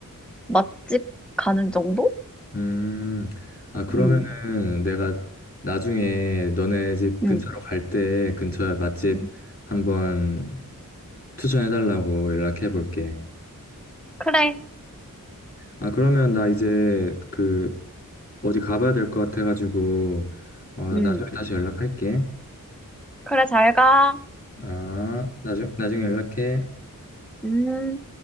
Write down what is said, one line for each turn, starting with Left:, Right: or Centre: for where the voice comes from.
Centre: 맛집 가는 정도?
Left: 음. 아 그러면은
Centre: 음,
Left: 내가 나중에 너네 집 근처로
Centre: 음,
Left: 갈 때 근처에 맛집
Centre: 음.
Left: 한번 추천해 달라고 연락해 볼게.
Centre: 그래.
Left: 아 그러면 나 이제 그 어디 가봐야 될 것 같아 가지고 어
Centre: 음.
Left: 나중에 다시 연락할게.
Centre: 그래, 잘 가.
Left: 아, 나중, 나중에 연락해.
Centre: 음.